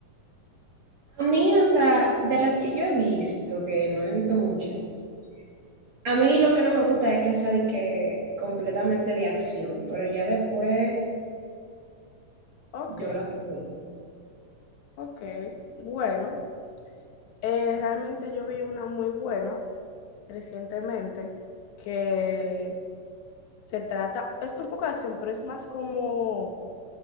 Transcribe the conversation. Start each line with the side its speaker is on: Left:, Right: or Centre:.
Right: A mí, o sea, de las que yo he visto, que no he visto muchas, a mí lo que no me gusta es que sea de que completamente de acción, pero ya después
Left: Ok,
Right: yo la puedo ver.
Left: ok. Bueno, eh, realmente yo vi una muy buena recientemente que se trata, es un poco de acción, pero es más como